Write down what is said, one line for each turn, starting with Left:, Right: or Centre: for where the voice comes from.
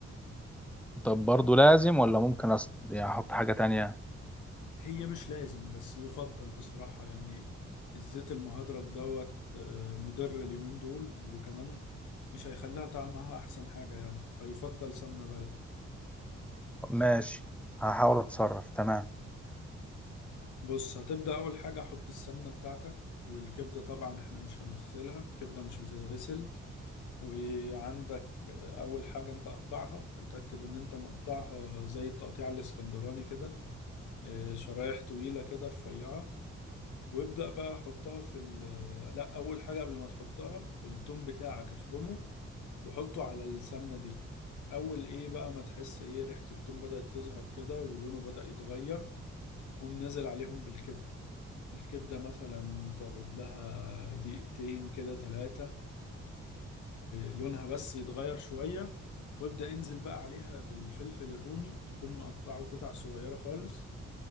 Centre: طب برضو لازم ولا ممكن أص... يعني احط حاجه تانية
Left: هي مش لازم بس يفضل بصراحه يعني الزيت المهدرج دوت آه، مضر اليومين دول وكمان مش هيخليها طعمها احسن حاجه يعني فيفضل سمنه بلدي
Centre: ماشي هحاول اتصرف تمام
Left: بص هتبدأ أول حاجة حط السمنة بتاعتك والكبدة طبعا احنا مش هنغسلها الكبدة مش بتتغسل وعندك آه، أول حاجة أنت قطعها اتأكد إن أنت مقطعها زي التقطيع الإسكندراني كده آه، شرايح طويلة كده رفيعة وابدأ بقى حطها في ال آه، لأ أول حاجة قبل ما تحطها التوم بتاعك افرمه وحطه على السمنة دي أول إيه بقى ما تحس إيه ريحة التوم بدأت تظهر كده ولونه بدأ يتغير قوم نازل عليهم بالكبدة الكبدة مثلا تقعد لها دقيقتين كده ثلاثة لونها بس يتغير شوية وابدأ انزل بقى عليها بالفلفل الرومي تكون مقطعه قطع صغيرة خالص